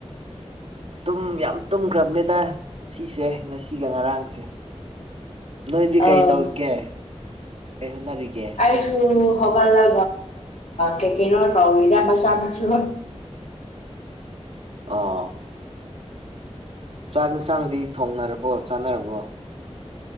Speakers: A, on the right; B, on the left.
A: ꯇꯨꯝ ꯌꯥꯝ ꯇꯨꯝꯈ꯭ꯔꯕꯅꯦꯗ ꯁꯤꯁꯦ ꯉꯁꯤꯒ ꯉꯔꯥꯡꯁꯦ ꯅꯣꯏꯗꯤ
B: ꯑꯥ
A: ꯀꯩ ꯇꯧꯔꯤꯒꯦ ꯀꯩ ꯍꯣꯠꯅꯔꯤꯒꯦ
B: ꯄꯁꯨ ꯁꯒꯜꯂ ꯀꯀ ꯇꯥꯎꯔꯤꯗ ꯆꯥꯁꯨ
A: ꯑꯥ ꯆꯥꯛ ꯌꯦꯟꯁꯥꯡꯗꯤ ꯊꯣꯡꯅꯔꯕꯣ ꯆꯥꯅꯔꯕꯣ